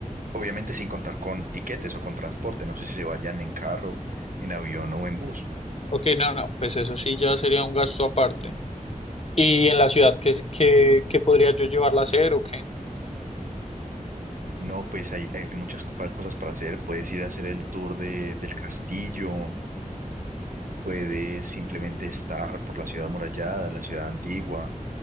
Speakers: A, on the right; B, on the left.
A: Obviamente sin contar con tiquetes o con transporte. No sé si se vayan en carro, en avión o en bus.
B: ok, no, no, pues eso sí ya sería un gasto aparte. ¿Y en la ciudad qué, es- qué, qué podría yo llevarla a hacer o qué?
A: No, pues hay, hay muchas co- cosas para hacer. Puedes ir a hacer el tour de, del castillo. Puedes simplemente estar por la ciudad amurallada, la ciudad antigua.